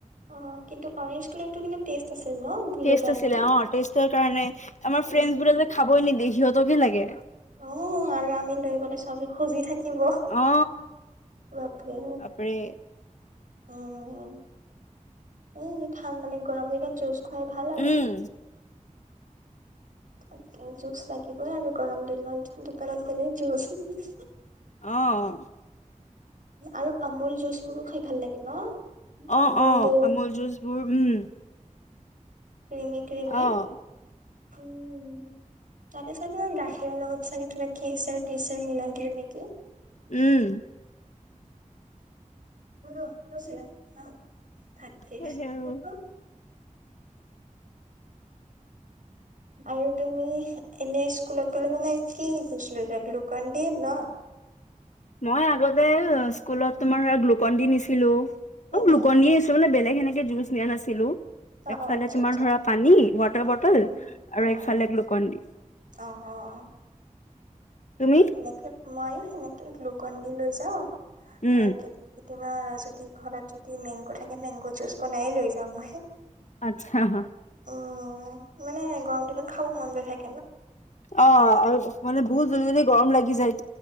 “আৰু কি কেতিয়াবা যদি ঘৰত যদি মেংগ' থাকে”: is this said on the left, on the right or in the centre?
Right